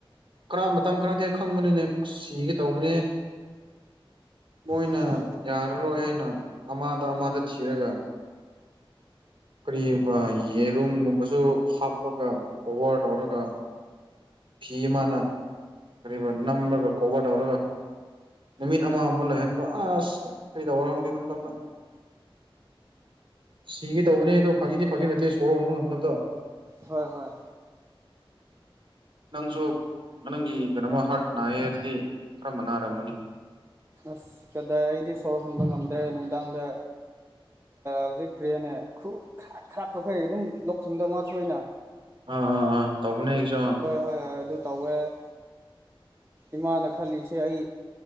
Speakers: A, on the right; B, on the right.
A: ꯈꯔ ꯃꯇꯝ ꯈꯔꯗꯤ ꯈꯪꯕꯅꯤꯅꯦ ꯁꯤꯒꯦ ꯇꯧꯕꯅꯦ ꯃꯣꯏꯅ
B: ꯑꯠꯆꯥ
A: ꯌꯥꯔꯔꯣꯏ ꯍꯥꯏꯅ ꯑꯃꯗ ꯑꯃꯗ ꯊꯤꯔꯒ ꯀꯔꯤꯒꯨꯝꯕ ꯌꯦꯔꯨꯝꯒꯨꯝꯕꯁꯨ ꯍꯥꯞꯄꯒ ꯀꯣꯚꯔ ꯇꯧꯔꯒ ꯐꯤ ꯑꯃꯅ ꯀꯔꯤꯕ ꯅꯝꯃꯒ ꯀꯣꯚꯔ ꯇꯧꯔꯒ ꯅꯨꯃꯤꯠ
B: ꯎꯝ
A: ꯑꯃꯒ ꯑꯃ ꯂꯩꯍꯟꯕ ꯑꯁ ꯀꯔꯤ ꯀꯩꯗ ꯋꯥꯍꯪꯗꯦ ꯑꯗꯨꯝꯇꯝꯅ ꯁꯤꯒꯦ ꯇꯧꯕꯅꯦ ꯑꯗꯨ ꯐꯥꯒꯤꯗꯤ ꯐꯥꯒꯤ ꯅꯠꯇꯦ ꯁꯣꯔ ꯍꯣꯟꯕ ꯉꯝꯗꯕꯗꯣ
B: ꯍꯣꯏ ꯍꯣꯏ
A: ꯅꯪꯁꯨ ꯅꯪꯒꯤ ꯀꯩꯅꯣꯃ ꯍꯥꯔꯠ ꯅꯥꯏꯌꯦ ꯍꯥꯏꯔꯗꯤ ꯀꯔꯝꯕ ꯅꯥꯔꯝꯒꯅꯤ
B: ꯑꯁ ꯀꯗꯥꯏ ꯑꯩꯗꯤ ꯁꯣꯔ ꯍꯨꯣꯟꯕ ꯉꯝꯗ꯭ꯔꯦ ꯅꯨꯡꯗꯥꯡꯗ ꯍꯧꯖꯤꯛ ꯀꯔꯤꯅꯦ ꯈꯥꯛꯈꯩ ꯑꯗꯨꯝ ꯂꯧꯊꯨꯝꯗ ꯃꯥꯊꯣꯏꯅ
A: ꯑꯥ ꯑꯥ ꯑꯥ ꯇꯧꯕꯅꯦ ꯑꯩꯁꯨ
B: ꯍꯣꯏ ꯑꯗꯨ ꯇꯧꯋꯦ ꯏꯃꯥꯅ ꯈꯜꯂꯤꯁꯦ ꯑꯩ